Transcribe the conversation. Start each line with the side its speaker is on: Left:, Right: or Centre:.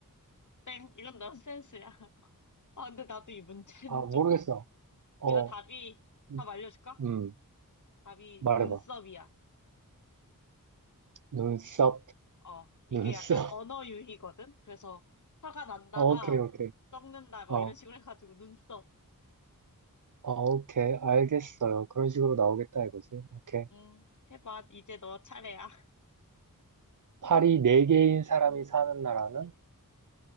Left: 땡, 이건 넌센스야. <laughs> 아, 근데 나도 이 문제는
Right: 아, 모르겠어.
Left: 조금,
Right: 어,
Left: 이거 답이,
Right: 음,
Left: 답 알려줄까?
Right: 음,
Left: 답이
Right: 말해봐.
Left: 눈썹이야.
Right: 눈썹,
Left: 어, 이게
Right: 눈썹.
Left: 약간 언어
Right: <laughs>
Left: 유희거든? 그래서 화가 난다가
Right: 어, 오케이, 오케이.
Left: 썩는다, 뭐
Right: 어,
Left: 이런 식으로 해가지고 눈썹.
Right: 어, 오케이. 알겠어요. 그런 식으로 나오겠다, 이거지. 오케이.
Left: 음, 해봐. 이제 너 차례야. <laughs>
Right: 팔이 네 개인 사람이 사는 나라는?